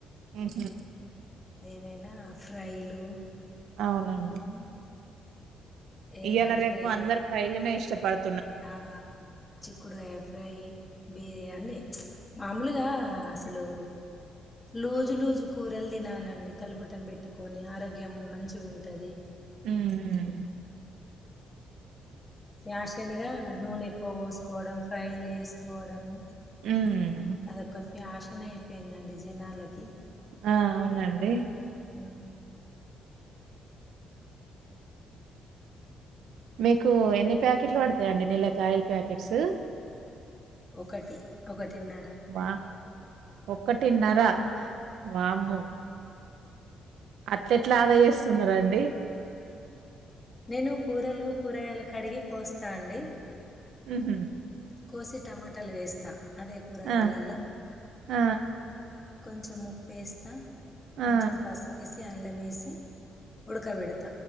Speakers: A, on the right; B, on the left.
A: ఉహు
B: ఏమైనా ఫ్రైలు
A: అవునండి
B: మ్మ్ ఎగ్
A: ఇయలా
B: ఫ్రై
A: రేపు అందరు ఫ్రైలనే ఇష్ చెప్పాడు
B: ఆ చిక్కుడుగాయ ఫ్రై బి అన్ని ప్చ్ మామూలుగా అసలు లూజు లూజు కూరలు తినాలండి కలపటం పెట్టుకొని ఆరోగ్యం మంచిగుంటది
A: ఉమ్
B: ఫ్యాషన్ గా నూనె ఎక్కువ పోసుకోవడం ఫ్రైలు చేసుకోవడము
A: ఉమ్
B: అదొక ఫ్యాషన్ అయిపేయిందండి జనాలకి
A: ఆ అవునండి
B: ఆ
A: మీకు ఎన్ని ప్యాకెట్లు పడతాయిడి నీలకా ఆయిల్ ప్యాకెట్స్
B: ఒకటి ఒకటి తిన్నారు
A: వా ఒక్కటిన్నర వాము అట్ల ఎట్లా ఆదా చేస్తున్నార అండి
B: నేను కూరలు కూరగాయలు కడిగి కోస్తా అండి
A: ఉహ
B: కోసి టమాటాలు వేస్తా అదే కూర
A: ఆ!
B: అలా
A: ఆ!
B: కొంచం ఉప్పేస్త
A: ఆ!
B: కొంచెం పసి వేసి అల్లమేసి ఉడక విడత